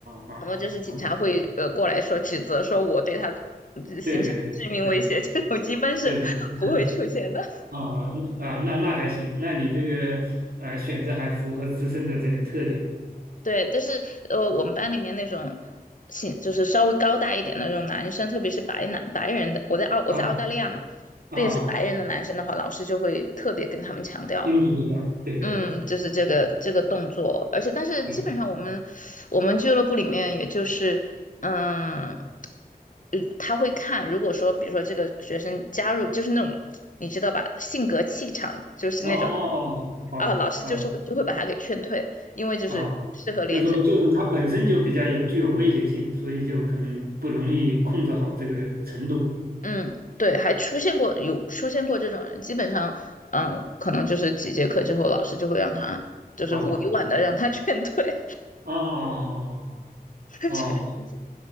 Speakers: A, on the right; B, on the left.
A: 啊啊！
B: 什么，就是警察会呃过来说指责说我对他嗯形成致命威胁这种，
A: 啊对对对对
B: 一般是不会出现的。
A: 对对，<laughs> 啊啊啊，那那还行，那你这个呃选择还符合自身的这个特点
B: 对，但是呃，我们班里面那种性就是稍微高大一点的那种男生，特别是白男白人的，我在澳我在澳大利亚嘛，
A: 啊
B: 特别是白人的男生的话，
A: 啊，啊
B: 老师就会特别跟他们强调，
A: 叮嘱一下，对对对
B: 嗯，就是这个这个动作，
A: 对
B: 而且但是基本上我们我们俱乐部里面也就是嗯，
A: 对，
B: 呃他会看，如果说比如说这个学生加入就是那种你知道吧，性格气场就是那种
A: 哦哦哦哦哦
B: 啊，老师就是会就会把他给劝退。因为就是适合练这。
A: 哦哦，就是就是它本身就比较有具有危险性，所以就可能不容易控制好这个程度。
B: 嗯，对，还出现过有出现过这种人，基本上，嗯，可能就是几节课之后，老师就会让他，就是委婉的让他劝退，
A: 哦哦哦哦
B: <laughs>
A: 哦哦哦哦
B: 这样子。